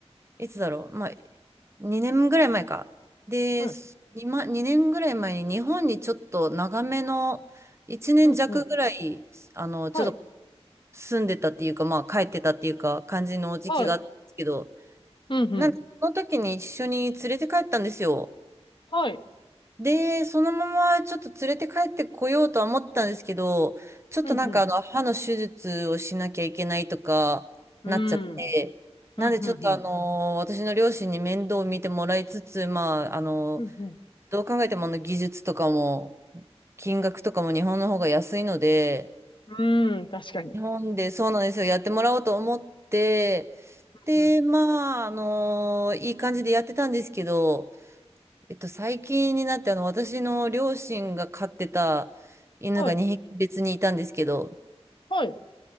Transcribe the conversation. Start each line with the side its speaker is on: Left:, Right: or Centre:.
Right: いつだろう、まあ、2年ぐらい前か。で、
Left: うん。
Right: 今、2年ぐらい前に日本にちょっと長めの、1年弱ぐらい、
Left: うん、うん。
Right: あの、
Left: はい。
Right: ちょっと住んでたっていうか、まあ帰ってたっていうか、感じの時期があったんですけど、
Left: はい。うん、うん。
Right: なんで、その時に一緒に連れて帰ったんですよ。
Left: はい。
Right: で、そのままちょっと連れて帰ってこようとは思ったんですけど、ちょっとなんかあの、
Left: うん、うん。
Right: 歯の手術をしなきゃいけないとか、
Left: うん。
Right: なっちゃって、なんでちょっとあの、
Left: うん、うん、うん。
Right: 私の両親に面倒を見てもらいつつ、まあ、あの、
Left: うん、う
Right: どう考えてもあの、技術とかも、金額とかも日本の方が安いので、
Left: ん。うん、確かに。
Right: 日本でそうなんですよ。やってもらおうと思って、で、
Left: うん。
Right: まあ、あのいい感じでやってたんですけど、えっと、最近になって、あの、私の両親が飼ってた犬が2匹別にいたんですけど、
Left: はい。はい。